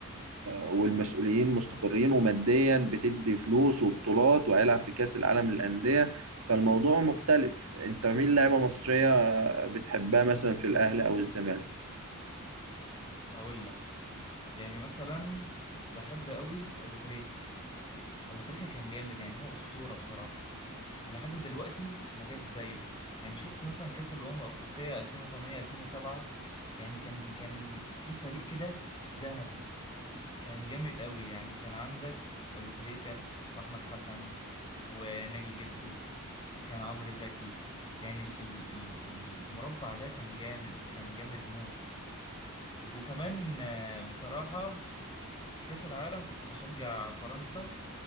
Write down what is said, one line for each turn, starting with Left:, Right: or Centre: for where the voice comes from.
Right: والمسؤولين مستقرين وماديا بتدي فلوس وبطولات وهيلعب في كأس العالم للأندية فالموضوع مختلف أنت مين لاعيبة مصرية بتحبها مثلا في الأهلي أو الزمالك؟
Left: هقول لك يعني مثلا بحب قوي ابو تريكة ابو تريكة كان جامد يعني هو اسطورة بصراحة ولحد دلوقتي ما جاش زيه يعني شفت مثلا كاس الامم الافريقية 2008 2007 يعني كان كان في فريق كده ذهبي كان جامد قوي يعني كان عندك ابو تريكة واحمد حسن وناجي جدو وكان عمرو زكي يعني ال- ال- ال- المربع ده كان جامد كان جامد موت وكمان آه، بصراحة في كأس العالم كنت بشجع فرنسا